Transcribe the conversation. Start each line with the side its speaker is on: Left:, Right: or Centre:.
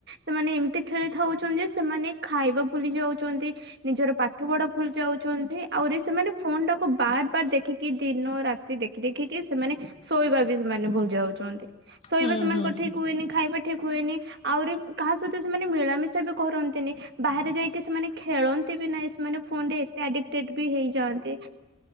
Right: ସେମାନେ ଏମିତି ଖେଳିଥାଉଛନ୍ତି ଯେ ସେମାନେ ଖାଇବା ଭୁଲି ଯାଉଛନ୍ତି। ନିଜର ପାଠ ପଢା ଭୁଲି ଯାଉଛନ୍ତି। ଆହୁରି ସେମାନେ ଫୋନ ଟାକୁ ବାର ବାର ଦେଖିକି ଦିନ ରାତି ଦେଖ ଦେଖିକି ସେମାନେ ଶୋଇବା ବି ସେମାନେ ଭୁଲି ଯାଉଛନ୍ତି। ଶୋଇବା
Left: ହୁଁ
Right: ସେମାନଙ୍କ
Left: ହୁଁ ହୁଁ
Right: ଠିକ୍ ହୁଏନି ଖାଇବା ଠିକ୍ ହୁଏନି ଆହୁରି କାହା ସହିତ ସେମାନେ ମିଳାମିଶା ବି କରନ୍ତିନି ବାହାରେ ଯାଇକି ସେମାନେ ଖେଳନ୍ତି ବି ନାହିଁ ସେମାନେ ଫୋନ ରେ ଏତେ ଆଡିକଟେଡ ବି ହେଇଯାଆନ୍ତି।